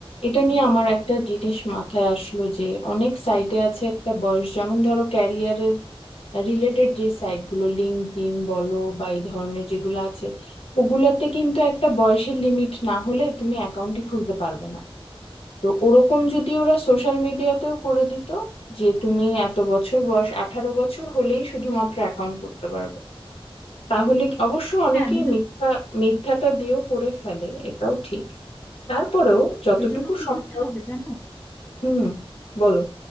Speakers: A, on the left (about 70°); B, on the left (about 20°).
A: এটা নিয়ে আমার একটা জিনিস মাথায় আসলো যে অনেক সাইটে আছে একটা বয়স যেমন ধরো ক্যারিয়ারের রিলেটেড যে সাইট গুলো লিঙ্কডইন বলো বা এই ধরনের যেগুলো আছে ওগুলোতে কিন্তু একটা বয়সের লিমিট না হলে তুমি অ্যাকাউন্টই খুলতে পারবে না তো ওরকম যদি ওরা সোশ্যাল মিডিয়াতেও করে দিত যে তুমি এত বছর বয়স আঠারো বছর হলেই শুধুমাত্র অ্যাকাউন্ট করতে পারবে তাহলে কি- অবশ্য অনেকেই
B: হ্যাঁ মনে
A: মিথ্যা মিথ্যাটা দিয়েও করে ফেলে এটাও ঠিক তারপরেও যতটুকু
B: এজন্য কি
A: সম্ভব
B: করতে হবে জানো
A: হুম বলো